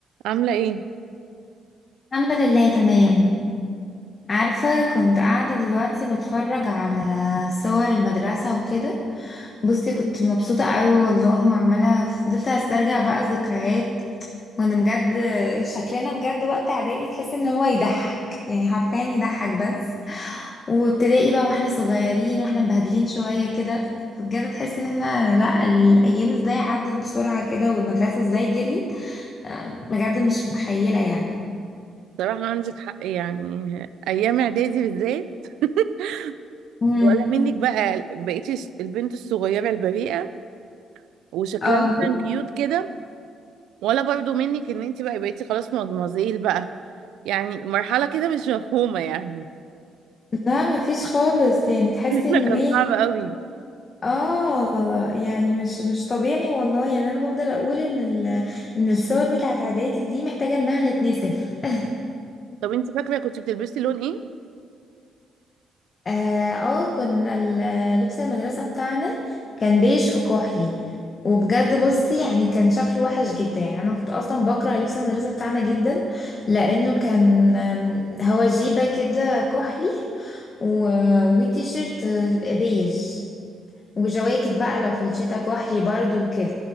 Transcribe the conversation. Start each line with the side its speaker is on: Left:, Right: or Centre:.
Right: عاملة ايه؟
Left: الحمد لله تمام عارفة كنت قاعدة دلوقتي بتفرج على صور المدرسة وكده بصي كنت مبسوطة قوي والله وعمالة فضلت استرجع بقى الذكريات وانا بجد شكلنا بجد وقت اعدادي تحس ان هو يضحك يعني حرفيا يضحك بس وابتدائي بقى واحنا صغيرين واحنا مبهدلين شوية كده فبجد تحس ان احنا لا الايام ازاي عدت بسرعة كده والمدرسة ازاي جريت أم، بجد مش متخيلة يعني
Right: صراحة عندك حق يعني أيام إعدادي بالذات <laughs>
Left: امم
Right: ولا منك بقى بقيتي الس- البنت الصغيرة البريئة وشكلها
Left: اه
Right: مثلا كيوت كده ولا برضو منك إن انت بقى بقيتي خلاص مدمزيل بقى يعني مرحلة كده مش مفهومة يعني
Left: لا مفيش خالص يعني
Right: <laughs>
Left: تحس
Right: لأن
Left: انه
Right: كان
Left: ايه
Right: صعب قوي
Left: اه يعني مش مش طبيعي والله يعني انا بفضل اقول ان ال ان الصور بتاعت اعدادي دي محتاجه انها تتنسف <laughs>
Right: طب انت فاكرة كنت بتلبسي لون ايه؟
Left: اه آه، كنا ال- لبس المدرسه بتاعنا كان بيج في كحلي وبجد بصي يعني كان شكله وحش جدا يعني انا كنت اصلا بكره لبس المدرسه بتاعنا جدا لانه كان آم، هو جيبه كده كحلي و... وتيشيرت بيج وجواكت بقى لو في الشتا كحلي برضو وكده